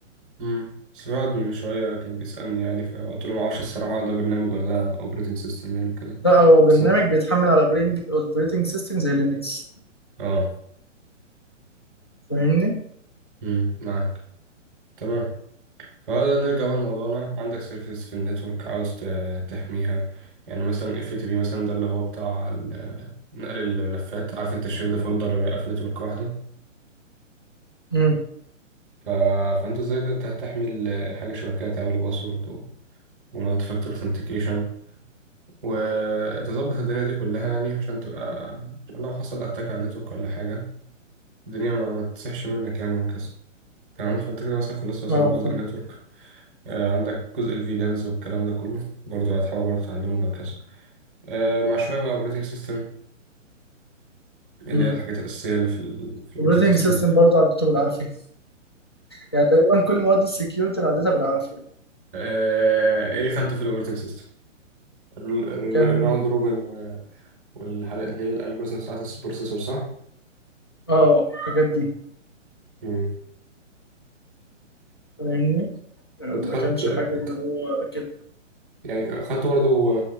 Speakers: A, in the centre; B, on the left.
A: امم سعاد من شويه كان بيسالني يعني فقلت له ما اعرفش الصراحه ده برنامج ولا ده اوبريتنج سيستم يعني كده
B: لا هو برنامج
A: بس
B: بيتحمل على اوبريتنج سيستم زي لينكس
A: اه
B: فاهمني؟
A: امم معاك تمام فهذا نرجع بقى لموضوعنا عندك سيرفيس في النتورك عاوز ت- تحميها يعني مثلا اف تي بي مثلا ده اللي هو بتاع ال- نقل الملفات عارف انت الشير ده فولدر بقى في نتورك واحده
B: امم
A: ف... فانت ازاي ده تحمي ال- حاجه شبكيه تعمل باسورد ومالتي فاكتور اثنتيكيشن وتظبط الدنيا دي كلها يعني عشان تبقى عشان لو حصل اتاك على النتورك ولا حاجه الدنيا ما, ما تسحش منك يعني وهكذا تمام فانت كده مثلا خلصت مثلا
B: اه
A: جزء
B: فاهم
A: النتورك آه، عندك جزء الفي لانز والكلام ده كله برضه هتحاول برضه تعلمه وهكذا آه، مع شوية بقى اوبريتنج سيستم اللي
B: امم
A: هي الحاجات الأساسية اللي في ال في الاوبريتنج
B: اوبريتنج
A: سيستم
B: سيستم برضه عديته بالعافية يعني تقريبا كل مواد السكيورتي انا عديتها بالعافية
A: آه، ايه خدته في الاوبريتنج سيستم الراوند
B: كان
A: روبن والحاجات اللي هي الالجوريزم بتاعت البروسيسور صح؟
B: اه الحاجات دي
A: مم.
B: فاهمني؟ يعني
A: كنت
B: ما
A: خدت
B: كانش
A: كنت
B: حاجة اللي هو كده
A: يعني خدته برضه